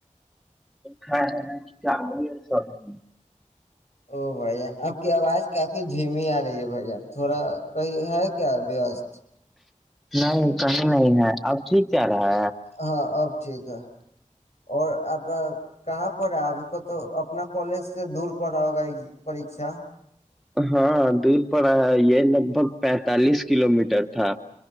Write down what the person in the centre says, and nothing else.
ہاں ہ کیاامل سبزی
نہیں کہیں نہیں ہے اب ٹھیک ہے رہا
ہاں دور پ آیا یہ لگ بھگ پینتالیس کلو میٹر تھا